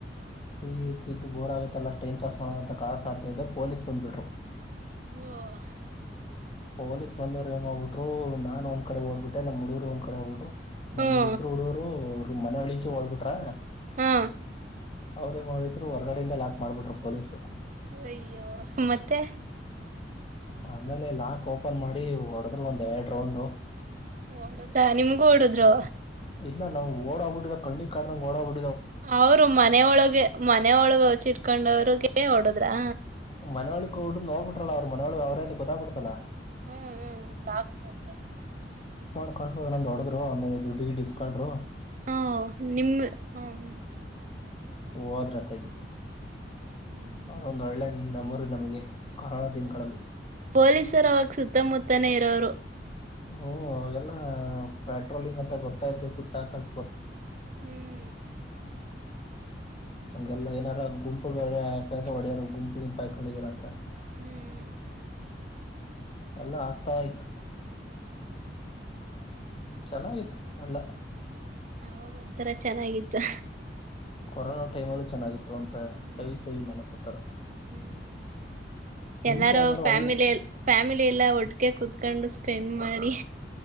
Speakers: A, on the left (about 30°); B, on the right (about 45°).
A: ಫ್ರೀ ಇದ್ದು ಇದ್ದು ಬೋರ್ ಆಗತ್ತಲ್ಲಾ ಟೈಮ್ ಪಾಸ್ ಮಾಡೋಣ ಅಂತ ಕರ್ಡ್ಸ್ ಆಡ್ತಾ ಇದ್ದೋ ಪೊಲೀಸ್ ಬಂದ್ಬಿಟ್ರು.
B: ಓ ಹ
A: ಪೊಲೀಸ್ ಬಂದವ್ರ್ ಏನ್ಮಾಡ್ಬುಟ್ರು ನಾನ್ ಒಂದ್ ಕಡೆ ಓಡ್ಬಿಟ್ಟೆ ನಮ್ಮ ಹುಡಗರು ಒಂದ್ ಕಡೆ ಹೋಗ್ಬಿಟ್ರು. ನಮ್ಮ್
B: ಹ್ಮ್
A: ಇಬ್ರು ಹುಡುಗ್ರು ಮನೆಯೊಳಿಕ್ಕೆ ಓಡ್ಬಿಟ್ರಾ
B: ಹಾ
A: ಅವ್ರೆನ್ ಮಾಡ್ ಬಿಟ್ರು ಹೊರ್ಗಡೆಯಿಂದಾ ಲಾಕ್ ಮಾಡ್ಬಿಟ್ರು ಪೊಲೀಸು.
B: ಅಯ್ಯೋ ಮತ್ತೆ.
A: ಆಮೇಲೆ ಲಾಕ್ ಓಪನ್ ಮಾಡಿ ಹೊಡೆದ್ರು ಒಂದ್ ಎರಡ್ ರೌಂಡು
B: ಹೊಡದ್ರಾ ನಿಮ್ಗೂ ಹೊಡುದ್ರು.
A: ಇಲ್ಲ ನಾವು ಓಡೋಗ್ಬಿಟ್ಟಿದ್ದೆ ಕಣ್ಣಿಗ್ ಕಾಣ್ದಂಗ್ ಓಡೋಬಿ
B: ಅವ್ರು ಮನೆ ಒಳಗೆ ಮನೆ ಒಳಗ್ ಅವ್ಸ್ ಇಟ್ಕೊಂಡವ್ರು? ಕೇ <unintelligible> ಹೊಡದ್ರಾ?
A: ಮನೆ ಓಳಿಗಕ್ ಹೋಗ್ ಬಿಟ್ಟು ನೋಡ್ಬಿಟ್ರಲ್ಲ ಅವರು ಮನೊಓಳ ಅವ್ರೆ ಅಂತ ಗೊತ್ತಾಗ್ ಬಿಡ್ತಲ್ಲ.
B: ಹ್ಮ್ ಹ್ಮ್ ಲಾಕ್ ಮಾಡ್ಕೊಂಡ್
A: ಕೊಂಡು ಒನ್ನೊಂದ್ ಹೊಡದ್ರು ಆಮೇಲ್ ದುಡ್ ಗಿಡ್ ಇಸ್ಕೊಂಡ್ರು.
B: ಹ್ಮ ನಿಮ್ಮ ಹ್ಮ
A: ಹೋದ್ರತ್ತಗೆ
B: ಹ್ಮ್
A: ಅದೊಂದು ಒಳ್ಳೆ ನಿ ಮೆಮೋರಿ ನಮ್ಗೆ ಕೊರೋಳ ದಿನಗಳಲ್ಲಿ
B: ಪೊಲೀಸರು ಅವಾಗ ಸುತ್ತಮುತ್ತನೇ ಇರೋರು.
A: ಹ್ಮ ಅವಾಗೆಲ್ಲ ಆ ಪೆಟ್ರೋಲಿಂಗ್ ಅಂತ ಬರ್ ತ್ತಾ ಇದ್ರು ಸುತ್ತಾ ಕಕ್
B: ಹ್ಮ್
A: ಹಂಗೆಲ್ಲ ಏನಾರ ಗುಂಪು ಒಡ್ಯಾರ ಗುಂಪು ನಿಂಪು ಹಾಕೊಂಡಿದಾರಂತ
B: ಹ್ಮ್
A: ಎಲ್ಲಾ ಆಗ್ತಾ ಆಯ್ತು ಚೆನ್ನಾಗಿತ್ತು ಎಲ್ಲ
B: ಅವಾಗ್ ಒಂದ್ತಾರ ಚೆನ್ನಾಗಿತ್ತು
A: ಕೊರೋನಾ ಟೈಮಲ್ಲು ಚೆನ್ನಾಗಿತ್ತು ಅಂತ
B: ಹ್ಮ್
A: ಸವಿ ಸವಿ ನೆನಪುತ್ತರ
B: ಹ್ಮ್
A: ನಿಮ್ಗೆ
B: ಎಲ್ಲಾರು
A: ಯಾವ್ದಾದ್ರು
B: ಫ್ಯಾಮಿಲ್
A: ಒಳ್ಳೆ
B: ಫ್ಯಾಮಿಲಿ ಎಲ್ಲ ಒಟ್ ಕ್ಕೆ ಕುೂತ್ಕೊಂಡು ಸ್ಪೆಂಡ್ ಮಾಡಿ